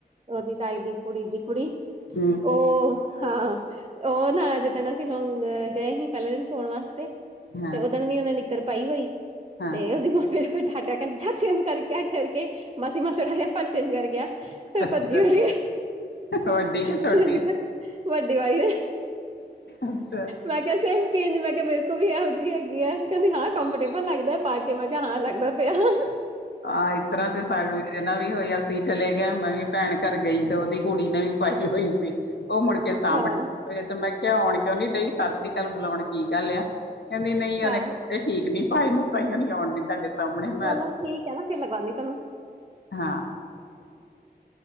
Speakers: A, on the right; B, on the left.
A: ਉਹਦੀ ਤਾਈ ਦੀ ਕੁੜੀ ਦੀ ਕੁੜੀ
B: ਹੂੰ
A: ਉਹ ਹਾਂ ਉਹ ਨਾ ਜਿੱਦਣ ਅਸੀਂ ਲੋਂਗ ਗਏ ਸੀ ਪਹਿਲੇ ਦਿਨ ਸੋਣ ਵਾਸਤੇ
B: ਹਾਂ,
A: ਤੇ ਉਹ ਦਿਨ ਵੀ ਉਹਨੇ ਨਿੱਕਰ ਪਾਈ ਹੋਈ
B: ਹਾਂ
A: ਤੇ ਉਹਦੀ ਮਾਮੇ ਫਿਰ ਡਾਟਾ ਕਹਿੰਦੇ ਜਾਂ ਚੇਂਜ ਕਰਕੇ ਆ ਕਰ ਕੇ ਮਾਸੀ-ਮਾਸੜਾ ਆਇਆ ਭਾਸ਼ਣ ਕਰ ਗਿਆ ਮੈਂ
B: ਅੱਛਾ
A: ਭੱਜੀ ਖੜੀ।
B: ਵੱਡੀ ਛੋਟੀ
A: ਚੇਂਜ ਕਰ ਵੱਡੀ ਵਾਲੀ ਏ।
B: ਅੱਛਾ।
A: ਮੈਂ ਕਿਹਾ ਸੇਮ ਪੀਂਸ ਮੈਂ ਕਿਹਾ ਮੇਰੇ ਕੋਲ ਵੀ ਇਹੋ ਜਿਹੀ ਹੈਗੀ ਆ ਕਹਿੰਦੀ ਹਾਂ ਕੰਫਰਟੇਬਲ ਲੱਗਦਾ। ਪਾ ਕੇ ਮੈਂ ਕਿਹਾ ਹਾਂ ਲੱਗਦਾ ਤੇ ਹੈ।
B: ਆ ਇਸ ਤਰ੍ਹਾਂ ਤੇ ਸਾਡੇ ਮੇਰੇ ਨਾਲ ਵੀ ਹੋਇਆ ਅੱਸੀ ਚਲੇ ਗਏ ਮੈਂ ਵੀ ਭੈਣ ਘਰ ਗਈ ਤੇ ਉਹਦੀ ਕੁੜੀ ਨੇ ਵੀ ਪਾਈ ਹੋਈ ਸੀ। ਉਹ ਮੁੜ ਕੇ
A: ਹਾਂ
B: ਸਾਂਮਣੇ ਤੇ ਮੈਂ ਕਿਹਾ ਆਉਣ ਕਿਉਂ ਨੀ ਡਈ ਸਤਿ ਸ੍ਰੀ ਅਕਾਲ ਬੁਲਾਉਣ ਕੀ ਗੱਲ ਆ। ਕਹਿੰਦੀ ਨਹੀਂ
A: ਹਾਂ
B: ਉਹਨੇ ਕੱਪੜੇ ਠੀਕ ਨੀ ਪਾਏ ਨਾ ਤਾਂ ਹੀ ਆਉਣ ਦੀ ਤੁਹਾਡੇ ਸਾਹਮਣੇ ਮੈਂ
A: ਚਲੋ ਠੀਕ ਹੈ ਨਾ ਫਿਰ ਲਗਾਉਂਦੀ ਤੁਹਾਨੂੰ।
B: ਹਾਂ।
A: <inaudible>